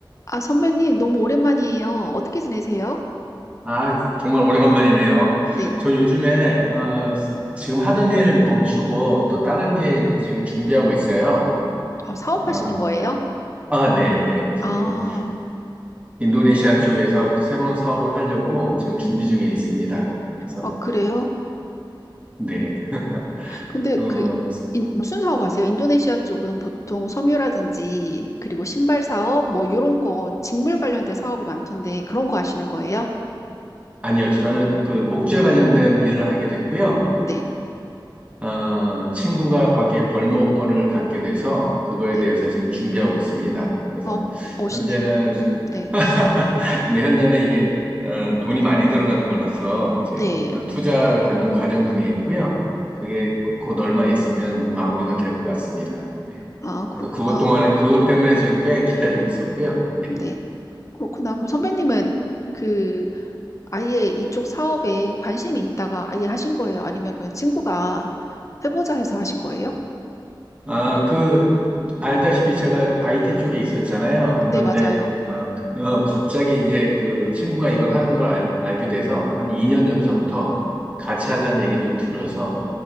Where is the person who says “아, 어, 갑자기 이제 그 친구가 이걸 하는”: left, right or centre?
Right